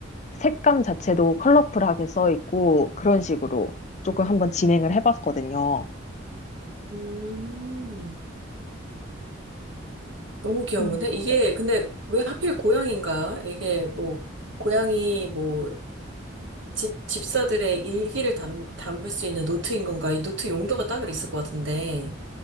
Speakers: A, on the left; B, on the right.
A: 색감 자체도 컬러풀하게 써 있고 그런 식으로 조금 한번 진행을 해봤거든요.
B: 음, 너무 귀여운데?
A: 음.
B: 이게, 근데 왜 하필 고양인가요? 이게 뭐, 고양이 뭐, 집, 집사들의 일기를 담, 담을 수 있는 노트인 건가? 이 노트 용도가 따로 있을 것 같은데.